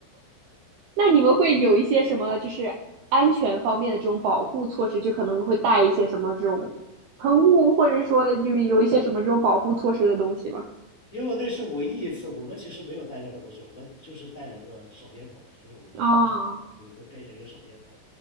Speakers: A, on the right; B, on the left.
A: 那你们会有一些什么就是安全方面的这种保护措施，就可能会带一些什么这种喷雾，或者说就有一些什么这种保护措施的东西吗？
B: 因为那是唯一一次，我们其实没有带任何东西，我们就是带了个手电筒，就是我们当时也会背着一个手电筒，
A: 啊、